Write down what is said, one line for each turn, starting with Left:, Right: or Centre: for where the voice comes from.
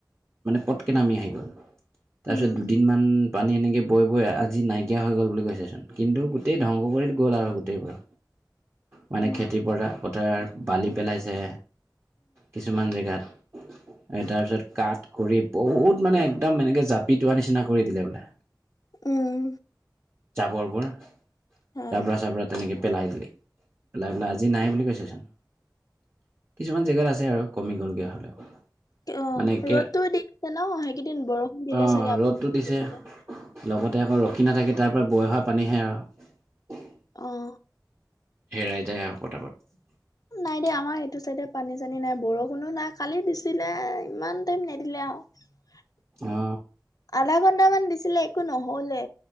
Right: মানে পটকে নামি আহি গ'ল তাৰপিছত
Left: উম
Right: দুদিনমান পানী এনেকে বৈ বৈ আজি নাইকিয়া হৈ গ'ল বুলি কৈছে চোন কিন্তু গোটেই ধ্বংস কৰি গ'ল আৰু গোটেইবোৰ মানে
Left: উম
Right: খেতি পৰা পথাৰ বালি পেলাইছে কিছুমান জেগাত উ <unintelligible> তাৰ পিছত কাঠ কৰি বহুত মানে একদম এনেকে জাপি তোৱা নিচিনা কৰি দিলে বোলে।
Left: উম।
Right: জাবৰবোৰ
Left: হয়
Right: জাবৰা চাবৰাা তেনেকে- পেলাই দিলেক। পেলাই পেলাই আজি নাই বুলি কৈছে চোন- জেগাত আছে আৰু কমি গ'লগে হ'লেও।
Left: অঁ
Right: মানে একে
Left: ৰ'দতো দিছে ন সেইকেইদিন বৰষুণ দিলে
Right: অ
Left: চাগে আপোনাৰ
Right: ৰ'দটো
Left: সেইটো
Right: দিছে
Left: চাইতে।
Right: লগতে আকৌ ৰখি নাথাকি তাৰ পৰা বৈ অহা পানীহে আৰু।
Left: অঁ।
Right: হেৰাই যায় আও পতাপত।
Left: নাই দেই আমাৰ এইটো চাইডে পানী চানী নাই বৰষুণো নাই কালি দিছিলে ইমান টাইম নিদিলে আৰু।
Right: অ
Left: আধা ঘন্টা মান দিছি- ছিলে একো নহলে।